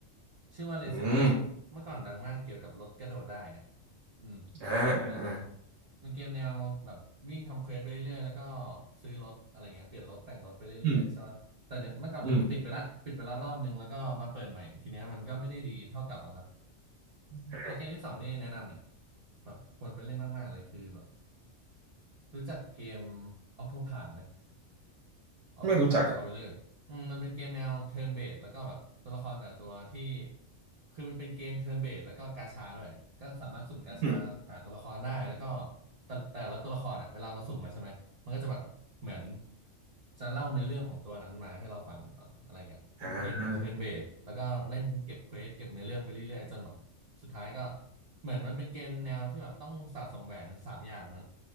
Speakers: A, on the right; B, on the right.
A: ชื่อว่า Race
B: อืม
A: City มั้งเมื่อก่อนดังมากเกี่ยวกับรถกระโดดได้อ่ะอืม
B: อ่าอ่าอ่า
A: ทีเนี้ยมันเกมแนวแบบวิ่งทำเควสไปเรื่อยๆแล้วก็ซื้อรถอะไรเงี้ยเปลี่ยนรถแต่งรถไปเรื่อยๆใช่ป่ะแต่เนี่ยเมื่อก่อนมันปิดไปละปิดไปละรอบนึงแล้วก็มาเปิดใหม่ทีเนี้ยมันก็ไม่ได้ดีเท่าเก่าอะเนาะ
B: อืมอืมอ่า
A: ในเกมที่สองที่แนะนำเนี่ยแบบควรไปเล่นมากๆเลยคือแบบรู้จักเกม Octopath ไหม Octopath
B: ไม่รู้จักอ่ะ
A: Traveler อืมมันเป็นเกมแนว turn based แล้วก็แบบตัวละครแต่ละตัวที่คือมันเป็นเกม turn based แล้วก็กาชาด้วยก็สามารถสุ่มกาชาหาตัวละครได้แล้วก็
B: อืม
A: แต่แต่ละตัวละครอ่ะเวลาเราสุ่มมาใช่ไหมมันก็จะแบบเหมือนจะเล่าเนื้อเรื่องของตัวนั้นมาให้เราฟังก่อนอะไรเงี้ยเป็นเกมแนว
B: อ่า
A: turn based แล้วก็เล่นเก็บเควสเก็บเนื้อเรื่องไปเรื่อยๆจนแบบ สุดท้ายก็เหมือนมันเป็นเกมแนวที่แบบต้องสะสมแหวนสามอย่างมั้ง